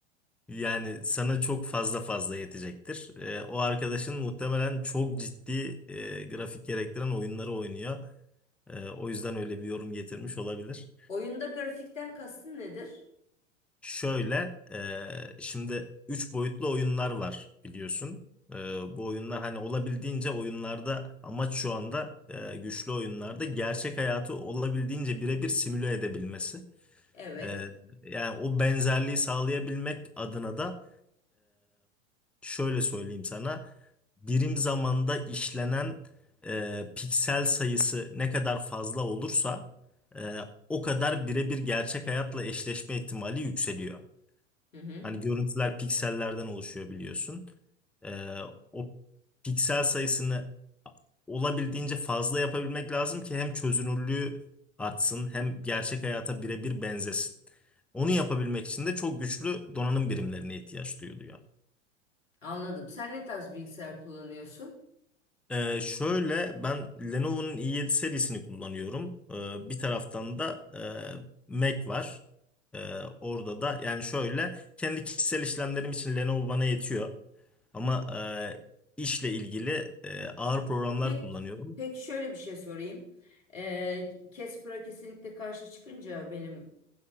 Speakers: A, in the centre; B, on the left.
A: Yani sana çok fazla fazla yetecektir. Ee, o arkadaşın muhtemelen çok ciddi e, grafik gerektiren oyunları oynuyor. Ee, o yüzden öyle bir yorum getirmiş olabilir.
B: Oyunda grafikten kastın nedir?
A: Şöyle, e, şimdi 3 boyutlu oyunlar var biliyorsun. Ee, bu oyunlar hani olabildiğince oyunlarda amaç şu anda e, güçlü oyunlarda gerçek hayatı olabildiğince birebir simüle edebilmesi.
B: Evet.
A: Ee, yani o benzerliği sağlayabilmek adına da e, şöyle söyleyeyim sana. Birim zamanda işlenen e, piksel sayısı ne kadar fazla olursa e, o kadar birebir gerçek hayatla eşleşme ihtimali yükseliyor.
B: Hı hı.
A: Hani görüntüler piksellerden oluşuyor biliyorsun. E, o piksel sayısını olabildiğince fazla yapabilmek lazım ki hem çözünürlüğü artsın hem gerçek hayata birebir benzesin. Onu yapabilmek için de çok güçlü donanım birimlerine ihtiyaç duyuluyor.
B: Anladım. Sen ne tarz bilgisayar kullanıyorsun?
A: Ee, şöyle ben Lenovo'nun i7 serisini kullanıyorum. Ee, bir taraftan da e, Mac var. Ee, orada da yani şöyle kendi kişisel işlemlerim için Lenovo bana yetiyor. Ama e, işle ilgili e, ağır programlar
B: Pek
A: kullanıyorum.
B: pek şöyle bir şey sorayım. Ee, Casper'a kesinlikle karşı çıkınca benim